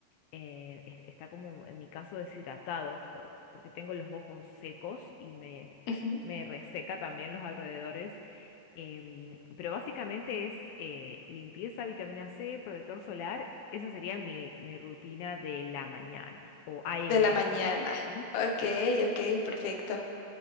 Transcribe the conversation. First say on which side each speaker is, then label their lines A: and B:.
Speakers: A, on the left; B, on the left.
A: eh, es- está como en mi caso deshidratado, por- porque tengo los ojos secos y me,
B: Ujú.
A: me reseca también los alrededores. Em, pero básicamente es eh, limpieza, vitamina C, protector solar. Esa sería mi, mi rutina de la mañana o AM.
B: De la mañana.
A: Ujú.
B: Ok, ok, perfecto.